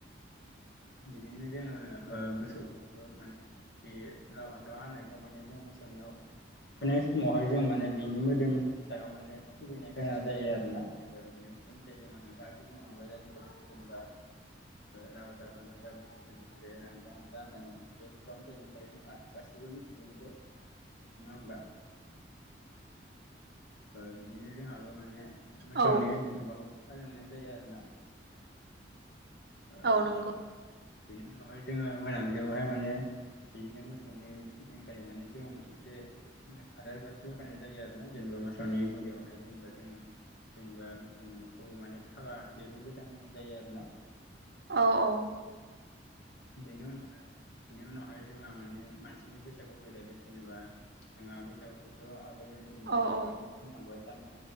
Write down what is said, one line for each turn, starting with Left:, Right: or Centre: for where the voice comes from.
Left: <inaudible> बिदिनो जोङो ओ मोसौखौबो माने बे लाव फान्थाव हानायखौ माने बे मोसौनियाव फुनाय समावहाय जों माने बिनि मोदोमनि सायाव माने खुबैनो गोनां जायो आरोना। जेनेबा बिदिनो खुगा मेथाइ दङ नोंथाङासो बुंलांबाय दानिबावैसो जेनेबा लावजा फान्थावजा बोसोरै बोसोरै एर हानजा हानजा होनलायनाय <unintelligible> जोंहा। गासिबो मिथिगो बिखौ। नङा होमबा? ओ बिदिनो जोंहाबो माने मोसौनि
Right: औ
Left: माबाखौ फालिलांनाय जायो आरोना। ओ बेनि
Right: औ नंगौ
Left: उनावहाय जोङो मोनाबिलियावहाय माने बिदिनो मोसौनि दिनखालि माने जों एसे <unintelligible> आलारि बाथि लगायनाय जायो आरोना जेनेबा मोसौनि गुलियावहाय जेनेबा जोङो। जेनेबा मोसौखौ माने फागा दिरुं गोदान होनाय जायो आरोना।
Right: औ औ।
Left: बेनि उनावहाय बेनि उनावहाय जोंहा माने मानसिनि बैसागु फैलायबाय जेनेबा जोंहा बैसागुखौथ' आगोल जेनेबा
Right: औ
Left: नोंथाङाबो
Right: औ
Left: बुंलांबाय थामजि